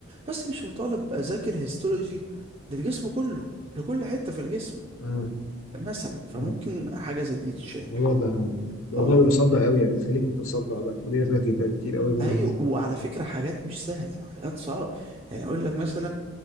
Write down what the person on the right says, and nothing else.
بس مش مطالب اذاكر هيستولوجي للجسم كله لكل حتة في الجسم
مثلا فممكن
حاجة زي دي تتشال
اه
ايوه
وعلى فكرة حاجات مش سهلة حاجات صعبة يعني اقول لك مثلا